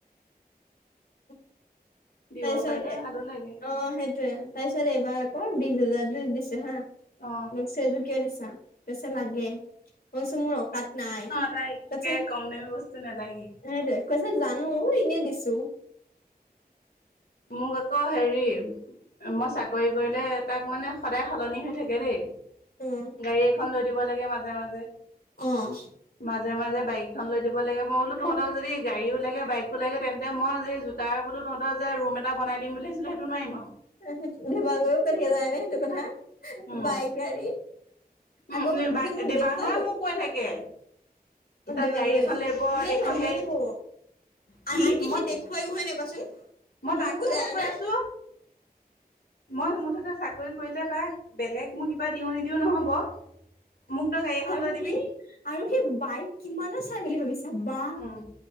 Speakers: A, on the left (about 70°); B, on the left (about 80°).
A: <inaudible>
B: দিব
A: তাৰপিছত
B: পাৰিলে
A: এ অ',
B: ভালো লাগে
A: সেইটয়ে তাৰপিছত এইবাৰ আকৌ বিশ হোজাৰত দিছে হা। মই
B: অ
A: কৈছোঁ এইযোৰ কিয় দিছা? কৈছে লাগে। কচোন মোৰ অকাত নাই
B: অ তাইক
A: তছে
B: একে
A: সেইটো
B: কম দামী বস্তু নালাগেই
A: কৈছ জানো অ এনে দিছোঁ।
B: মোক আকৌ হেৰি মই চাকৰি কৰিলে তাক মানে সদায় সলনি হৈ থাকে দেই,
A: উম
B: গাড়ী এখন লৈ দিব লাগে মাজে মাজে।
A: অ',
B: মাজে মাজে বাইকখন লৈ দিব লাগে মই বোলো তহতক যদি গাড়ীও লাগে বাইকো লাগে তেন্তে মই যে তাৰ বোলো তহঁত যে ৰুম এটা বনাই দি বুলি ভাবিছিলো সেইটো নোৱাৰিম আৰু।
A: টো ধিমাাগুও পাঠিয়া যায় নে সেইটো কথা।
B: উম
A: বাইক গাড়ী
B: উম
A: আকৌ সি মোক
B: দেবাংগই
A: দেখুৱাই
B: মোক কৈ থাকে তাৰ
A: ডিমাগুৰি
B: গাড়ী এখন লাগিব
A: সেইটোৱে
B: এইখন
A: মোকো
B: গাড়ীত সি
A: আনকি
B: মই
A: দেখুৱাইও হয় নাই কোৱাচোন
B: মই
A: মোকো
B: তাৰ কথাহে
A: জানানে
B: কৈ আছো। মই মুঠতে চাকৰি কৰিলে তাক বেলেগ মোক কিবা দিওঁ নিদিও নহ'ব মোক তই গাড়ী এখন
A: আৰু
B: লৈ দিবি
A: সেই আৰু সেই বাইক কিমানৰ চাই বুলি ভাবিছ বা
B: উম